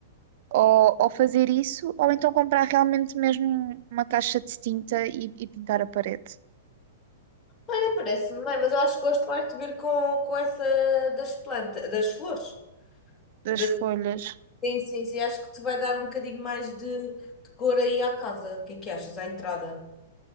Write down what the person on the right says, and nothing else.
ou, ou fazer isso, ou então comprar realmente mesmo uma caixa de tinta e, e pintar a parede
das
folhas.